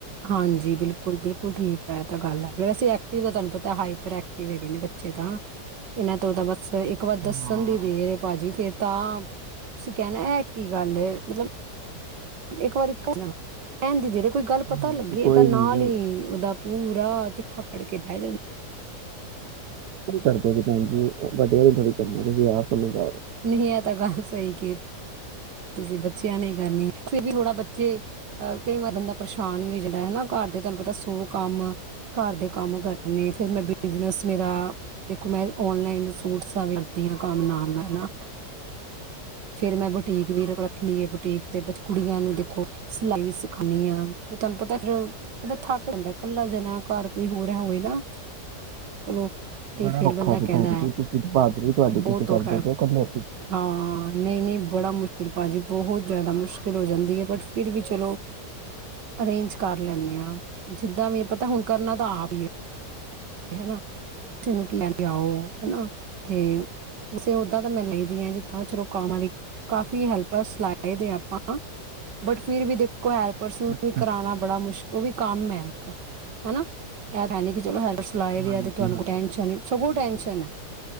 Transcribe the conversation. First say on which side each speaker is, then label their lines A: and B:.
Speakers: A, on the right; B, on the right.
A: ਹਾਂਜੀ, ਬਿਲਕੁਲ -ਬਿਲਕੁਲ ਠੀਕ ਹੈ। ਇਹ ਤਾਂ ਗੱਲ ਹੈ। ਵੈਸੇ ਐਕਟਿਵ ਦਾ ਤੁਹਾਨੂੰ ਪਤਾ ਹਾਈਪਰ ਐਕਟਿਵ ਹੈਗੇ ਨੇ ਬੱਚੇ ਤਾਂ ਇਹਨਾਂ ਤੋਂ ਤਾਂ ਬਸ ਇੱਕ ਵਾਰ ਦੱਸਣ
B: ਹਾਂ
A: ਦੀ ਦੇਰ ਭਾਜੀ ਫੇਰ ਤਾਂ ਤੁਸੀਂ ਕਹਿਣਾ ਇਹ ਕੀ ਗੱਲ ਮਤਲਬ ਇੱਕ ਵਾਰੀ ਜਾ <unintelligible> ਕਹਿਣ ਦੀ ਦੇਰ ਏ ਕੋਈ ਗੱਲ ਪਤਾ
B: ਹਾਂਜੀ
A: ਲੱਗੀ
B: ਕੋਈ
A: ਤਾਂ ਨਾਲ
B: ਨੀ
A: ਹੀ ਉਹਦਾ ਪੂਰਾ ਚਿੱਠਾ ਫੜ ਕੇ ਬਹਿ ਜਾਂਦਾ
B: ਕਰਦੇ ਸੀ ਭੈਣ <unintelligible> ਜ ਬਟੇ ਥੋੜੀ ਤੇ ਮੈਂਰੇ ਵੀ <unintelligible> ਆਪਨ ਜਾ
A: ਨਹੀਂ ਇਹ ਤਾਂ ਗੱਲ ਸਹੀ ਕਿ ਤੁਸੀਂ ਬੱਚਿਆਂ ਨਹੀਂ ਕਰਨੀ ਫਿਰ ਵੀ ਥੋੜਾ ਬੱਚੇ ਕਈ ਵਾਰ ਬੰਦਾ ਪਰੇਸ਼ਾਨ ਵੀ ਹੋ ਜਾਂਦਾ ਹਨਾ ਘਰ ਦੇ ਤੁਹਾਨੂੰ ਪਤਾ ਸੋ ਕੰਮ ਘਰ ਦੇ ਕੰਮ ਕਰਨੇ ਫਿਰ ਮੈਂ ਬਿਜਨਸ ਮੇਰਾ ਦੇਖੋ ਮੈਂ ਓਨਲਾਈਨ ਸੂਟਸ ਵਰਤੀਆਂ ਕੰਮ ਨਾਲ- ਨਾਲ, ਹੈ ਨਾ। ਫੇਰ ਮੈਂ ਬੁਟੀਕ ਵੀ ਰੱਖੀ ਹੈ। ਬੁਟੀਕ ਦੇ ਵਿੱਚ ਕੁੜੀਆਂ ਨੂੰ ਦੇਖੋ ਸਿਲਾਈ ਵੀ ਸਿਖਾਣੀ ਆ ਤੇ ਤੁਹਾਨੂੰ ਪਤਾ ਫੀਰ ਉਹਦਾ ਥੱਕ ਜਾਂਦਾ ਕੱਲਾ ਜਨਾ ਘਰ ਕੋਈ ਹੋਰ ਹੈ। ਹੋਵੇ ਨਾ ਚਲੋ ਤੇ
B: ਬੜਾ
A: ਫਿਰ
B: ਔਖਾ
A: ਬੰਦਾ
B: ਜੀ।
A: ਕਹਿੰਦਾ
B: ਬਹਾਦਰੀ ਹੈ ਤੁਹਾਡੀ ਜੀ
A: ਬਹੁਤ
B: ਤੁਸੀਂ ਕਰਦੇ
A: ਔਖਾ ਹੈ।
B: ਪਹੇ ਓ ਇਕੱਲੇ।
A: ਹਾਂ, ਨਹੀਂ -ਨਹੀਂ ਬੜਾ ਮੁਸ਼ਕਿਲ ਭਾਜੀ ਬਹੁਤ ਜਿਆਦਾ ਮੁਸ਼ਕਿਲ ਹੋ ਜਾਂਦੀ ਹੈ ਬਟ ਫਿਰ ਵੀ ਚਲੋ, ਅਰੇਂਜ ਕਰ ਲੈਂਦੇ ਹਾਂ। ਜਿੱਦਾਂ ਵੀ ਪਤਾ ਹੁਣ ਕਰਨਾ ਤਾਂ ਆਪ ਹੀ ਹੈ। ਹੈਨਾ ਕਿਸਨੂੰ ਕੀ ਲਿਆਓ ਹਨਾ ਤੇੇ ਦਾਂ ਤਾਂ ਮੈਂ ਲਈ। ਜਿੱਦਾਂ ਚਲੋ ਕੰਮਾਂ ਦੀ ਕਾਫ਼ੀ ਹੈਲਪਰਸ ਲਾਏ ਦੇ ਆਪਾਂ ਬਟ ਫਿਰ ਵੀ ਦੇਖੋ ਹੈਲਪਰਸ ਨੂੰ
B: ਅੱਛਾ
A: ਵੀ ਕਰਾਉਣਾ
B: ਅੱਛਾ
A: ਬੜਾ ਮੁਸ਼ਕਲ ਹੈ। ਉਹ ਵੀ ਇਕ ਕੰਮ ਹੈ। ਹਨਾ ਇਹ ਕਹਿੰਦੇ ਕਿ ਚਲੋ ਹੈਲਪਰ ਲਲਾਏ ਦੇ
B: ਹਾਂਜੀ
A: ਆ ਅਤੇ ਤੁਹਾਨੂੰ
B: ਹਾਂਜੀ
A: ਕੋ ਟੈਂਸ਼ਨ ਹੀ ਸਗੋਂ ਟੈਂਨਸ਼ਨ ਹੈ,